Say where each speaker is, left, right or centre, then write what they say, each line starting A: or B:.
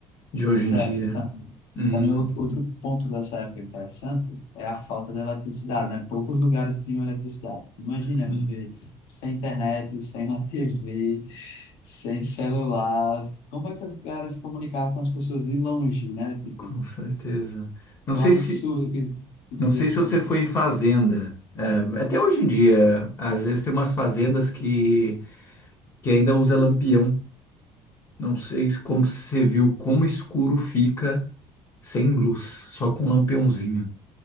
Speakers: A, on the left (about 35°); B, on the left (about 80°).
A: de hoje
B: Pois
A: em
B: é,
A: dia.
B: e, ta-
A: Hum,
B: e também outro, outro ponto dessa época interessante é a falta da eletricidade, né? Poucos lugares tinham eletricidade. Imagina
A: sim,
B: viver sem internet, sem uma TV, sem celular. Como é que o cara se comunicava com as pessoas de longe, né? Tipo,
A: com certeza. Não
B: o
A: sei
B: absurdo
A: se,
B: que, que devia
A: não sei
B: ser.
A: se você foi em fazenda. É, até hoje em dia, às vezes tem umas fazendas que, que ainda usa lampião. Não sei se- como você viu como escuro fica sem luz, só com um lampiãozinho.